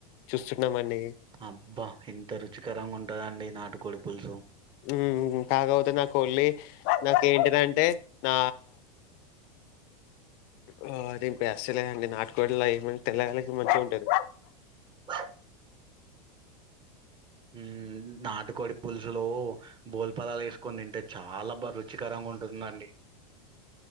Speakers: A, on the left; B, on the right.
A: చూస్తున్నామండి
B: అబ్బా ఇంత రుచికరంగా ఉంటదండి నాటుకోడి పులుసు
A: మ్మ్ కాకపోతే నాకు కోళ్ళే నాకేంటిదంటే బ <unintelligible> నాటుకోళ్లో ఏమే ఉంటాదొ గాని మంచిగా ఉంటుంది
B: బయ్ మ్మ్ నాటుకోడి పులుసులో బోల్పాలు వేసు కొని తింటే చాలా బా రుచికరంగా ఉంటుందండి